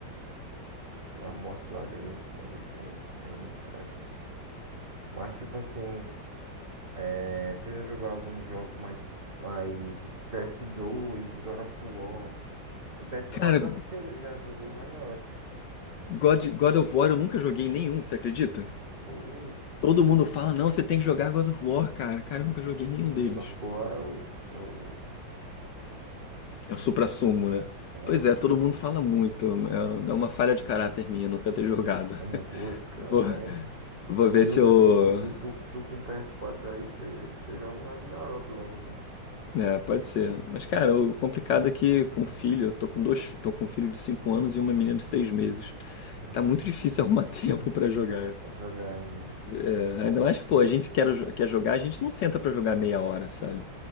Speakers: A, on the right; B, on the left.
A: aquela morte lá bem, bem, bem, bem trágica. Mas, tipo assim, é, você já jogou alguns jogos mais, mais, tipo, PS2, God of War. No PS4,
B: Cara,
A: eu acho que você já jogou o Ragnarok, né?
B: God, God of War eu nunca joguei nenhum, você acredita?
A: Putz,
B: Todo
A: nunca.
B: mundo fala, não, você tem que jogar God of War, cara. Cara, eu nunca joguei nenhum
A: Não,
B: deles.
A: O da Foá é o. É, o,
B: É o suprassumo, né?
A: é
B: Pois
A: se
B: é,
A: você-
B: todo mundo fala muito. É é uma falha de caráter minha nunca ter jogado.
A: Hum,
B: <laughs>
A: Putz, cara,
B: Vou,
A: mas.
B: vou
A: E
B: ver se
A: você,
B: eu,
A: te- e tipo, tu, tu com o PS4 aí, você você joga um Ragnarok logo já.
B: É, pode ser. Mas, cara, o complicado é que com filho, eu tô com dois, tô com um filho de 5 anos e uma menina de 6 meses.
A: Já.
B: Tá muito difícil arrumar <laughs> tempo pra jogar.
A: Pra jogar ainda, né?
B: É, ainda mais que, pô, a gente quer, jo- quer jogar, a gente não senta pra jogar meia hora, sabe?